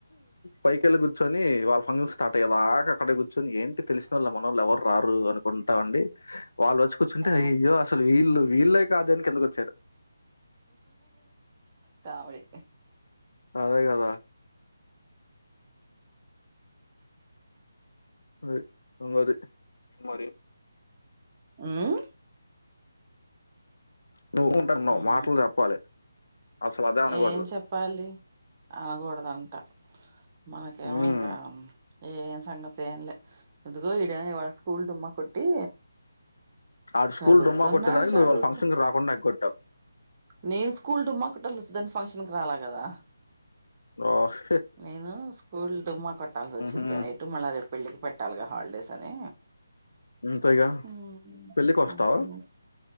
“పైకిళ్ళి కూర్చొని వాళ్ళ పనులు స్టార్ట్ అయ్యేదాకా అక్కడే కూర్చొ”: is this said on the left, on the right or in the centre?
Left